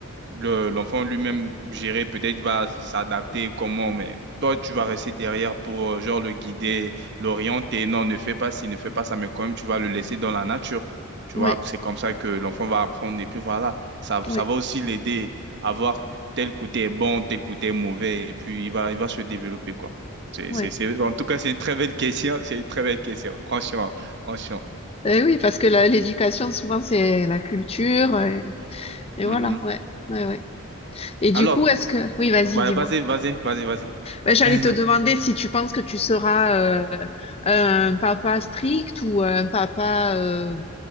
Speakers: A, on the right; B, on the left.
A: le- l'enfant lui-même, gérer, peut-être va s'adapter comment, mais toi, tu vas rester derrière pour, euh, genre, le guider, l'orienter. Non, ne fais pas ci, ne fais pas ça, mais quand même, tu vas le laisser dans la nature. Tu
B: oui,
A: vois, c'est comme ça que l'enfant va apprendre. Et puis voilà, ça,
B: oui,
A: ça va aussi l'aider à voir tel côté est bon, tel côté est mauvais, et puis il va, il va se développer, quoi. C'est,
B: oui.
A: c'est, c'est- en tout cas, c'est une très belle question. C'est une très belle question. Franchement, franchement.
B: Eh oui, parce que la- l'éducation, souvent, c'est la culture. euh, Et,
A: Mhm.
B: voilà, ouais. Ouais, ouais. Et du
A: Alors,
B: coup, est-ce que... Oui, vas-y,
A: ouais,
B: dis-moi.
A: vas-y, vas-y, vas-y, vas-y.
B: Ouais, J'allais
A: <laughs>
B: te demander si tu penses que tu seras euh, un papa strict ou un papa euh,